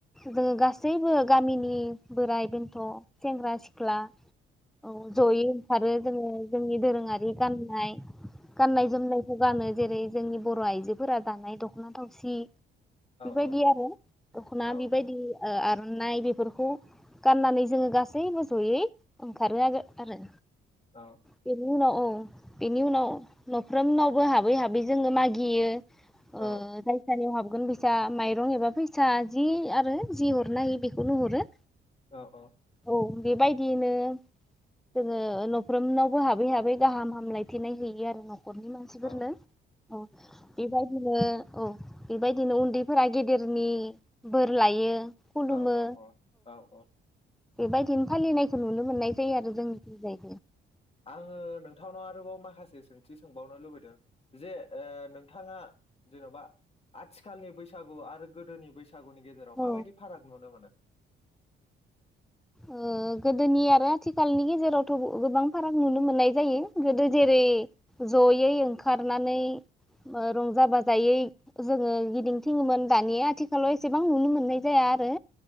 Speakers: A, in the centre; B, on the left.
A: जोङो गासैबो गामिनि बोराइ बेन्थ' सेंग्रा सिख्ला औ जयै ओंखारो जोङो जोंनि दोरोङारि गाननाय गाननाय जोमनायफोर गानो जेरै जोंनि बर' आइजोफोरा दानाय दख'ना थावसि बेबायदि
B: औ
A: आरो। दख'ना
B: औ
A: बेबायदि। ओ आर'नाइ बेफोरखौ गाननानै जोङो गासैबो जयै ओंखारो आरो आरो।
B: औ
A: बिनि उनाव औ बिनि उनाव न'फ्रोमनावबो हाबै हाबै जोङो मागियो। ओ
B: औ
A: जाय सानियाव हाबगोन बि सा माइरं एबा फैसा फिसा जि आरो जि उरनाय हायो बेखौनो हरो।
B: औ औ
A: औ बेबायदियैनो जोङो न'फ्रोमनावबो हाबै हाबै गाहाम हामलायथिनाय हैयो आरो न' नख'रनि मानसिफोरनो
B: औ
A: औ बेबायदिनो औ बेबायदिनो उन्दैफोरा गेदेरनि बोर लायो खुलुमो
B: औ औ औ औ औ
A: बेबायदिनो फालिनायखौ नुनो मोननाय जायो आरो जोंनिथिंजाय।
B: आङो नोंथांनाव बोबाव माखासे सोंथि सोंबावनो लुबैदों जे ओ नोंथाङा जेन'बा आथिखालनि बैसागु आरो गोदोनि बैसागु बैसागुनि गेजेराव
A: औ
B: माबायदि फाराग नुनो मोनो?
A: ओ गोदोनि आरो आथिखालनि गेजेरावथ' गोबां फाराग नुनो मोननाय जायो गोदो जेरै जयै ओंखारनानै ओ रंजा बाजायै जोङो गिदिंथिङोमोन दानिया आथिखालाव एसेबां नुनो मोननाय जाया आरो।